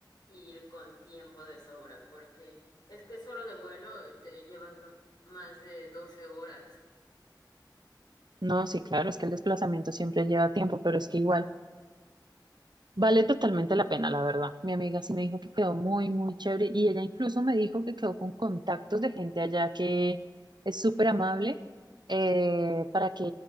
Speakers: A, on the left; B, on the right.
A: ir con tiempo de sobra, porque es que solo de vuelo te llevas m- más de doce horas.
B: No, sí, claro, es que el desplazamiento siempre lleva tiempo, pero es que igual. Vale totalmente la pena, la verdad. Mi amiga sí me dijo que quedó muy, muy chévere y ella incluso me dijo que quedó con contactos de gente allá que es súper amable eh, para que